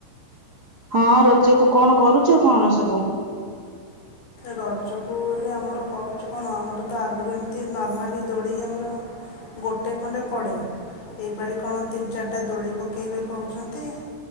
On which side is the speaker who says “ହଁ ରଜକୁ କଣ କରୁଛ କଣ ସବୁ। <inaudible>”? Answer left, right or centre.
Right